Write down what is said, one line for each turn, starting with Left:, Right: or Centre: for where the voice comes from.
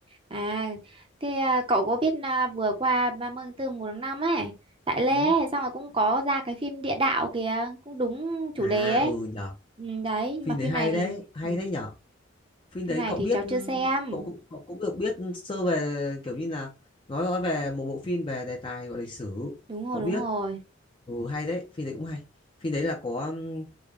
Right: À, thế à, cậu có biết à, vừa qua 30 tháng 4 1 tháng 5 ấy, tại Lê
Left: ừ.
Right: ấy, xong rồi cũng có ra cái phim Địa đạo kìa, cũng đúng chủ
Left: à
Right: đề ấy.
Left: ừ nhở
Right: Ừ, đấy, nhưng
Left: phim
Right: mà phim
Left: đấy hay
Right: này thì
Left: đấy hay
Right: ừ,
Left: đấy nhở phim
Right: phim
Left: đấy
Right: này
Left: cậu
Right: thì
Left: biết
Right: cháu
Left: ừ,
Right: chưa xem.
Left: cậu cũng cậu cũng được biết sơ về kiểu như là nói nói về một bộ phim về đề tài gọi lịch sử
Right: Đúng
Left: cậu
Right: rồi, đúng
Left: biết
Right: rồi.
Left: ừ hay đấy phim đấy cũng hay phim đấy là có ừm,